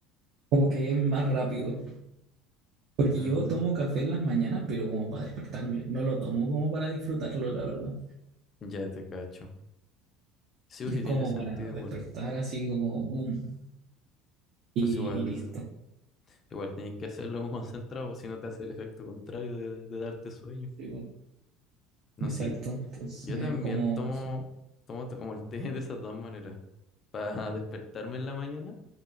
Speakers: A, on the right; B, on the left.
A: como que es más rápido. Porque
B: Mm,
A: yo tomo café en las mañanas, pero como para despertarme. No lo tomo como para disfrutarlo, la verdad.
B: ya te cacho. Sí, o
A: Es
B: sí
A: como
B: tiene sentido
A: para
B: igual.
A: despertar así como boom y,
B: Entonces igual,
A: y listo.
B: igual tenés que hacerlo <laughs> concentrado, si no te hace el efecto contrario de, de darte sueño.
A: Digo,
B: No,
A: Exacto.
B: sí.
A: Entonces
B: Yo
A: es
B: también
A: como
B: tomo,
A: eso.
B: tomo t- como el té <laughs> de esas dos maneras. Para <laughs> despertarme en la mañana.